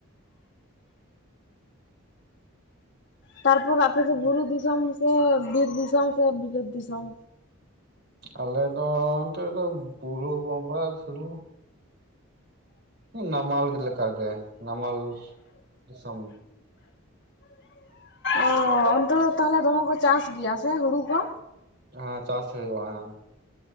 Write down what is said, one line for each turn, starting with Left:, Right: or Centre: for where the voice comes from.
Left: ᱛᱟᱨᱯᱚᱨ ᱟᱯᱮ ᱫᱚ ᱵᱩᱨᱩ ᱫᱤᱥᱚᱢ ᱥᱮ ᱵᱤᱨ ᱫᱤᱥᱚᱢ ᱥᱮ ᱵᱤᱞᱟᱹᱛ ᱫᱤᱥᱚᱢ?
Right: ᱟᱞᱮ ᱫᱚ ᱚᱱᱛᱮ ᱫᱚ ᱵᱩᱨᱩ ᱵᱟ ᱥᱩᱨᱩ ᱱᱟᱢᱟᱞ ᱞᱮᱠᱟᱜᱮ ᱱᱟᱢᱟᱞ ᱫᱤᱥᱚᱢ᱾
Left: ᱚ ᱚᱱᱛᱮ ᱫᱚ ᱛᱟᱦᱚᱞᱮ ᱫᱚᱢᱮ ᱠᱚ ᱪᱟᱥ ᱜᱮᱭᱟ ᱥᱮ ᱦᱩᱲᱩ ᱠᱚ?
Right: ᱦᱮᱸ ᱪᱟᱥ ᱦᱩᱭᱩᱜ-ᱟ ᱦᱮᱸ ᱾